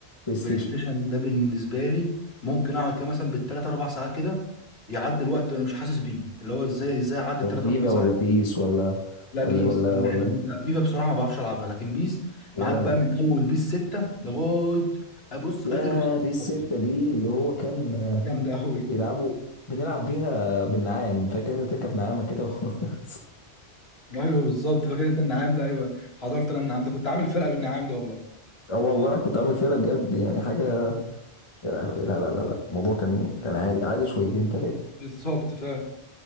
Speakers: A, on the left (about 30°); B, on the left (about 65°).
A: بلاي
B: بلاي
A: ستيشن
B: ستيشن ده بالنسبه لي ممكن اقعد كده مثلا بالثلاث اربع ساعات كده يعدي الوقت وانا مش حاسس بيه اللي هو ازاي ازاي عدى الثلاث
A: فيفا
B: اربع ساعات
A: ولا بيس ولا
B: لا
A: ولا
B: بيس
A: ولا
B: لا
A: ولا
B: بحب بيس
A: انت
B: لا فيفا بصراحه ما بعرفش العبها لكن بيس
A: ولا
B: معاك بقى
A: انا
B: من اول بيس 6 لغايه ابص
A: يا
B: اخر بيس نزل
A: بيس
B: خالص
A: ستة دي اللي هو كان
B: جامده قوي
A: بيلعبوا بنلعب بيها بالنعام فاكر انت تركب نعامة كده و- <laughs>
B: ايوه بالظبط فاكر انت النعام ده ايوه حضرت انا النعام ده كنت عامل فرقه بالنعام ده والله
A: اه والله كنت عامل فرقة بجد يعني حاجة يا لهوي لا لا لا لا الموضوع كان كان عادي عادي شويتين تلاتة
B: بالظبط ف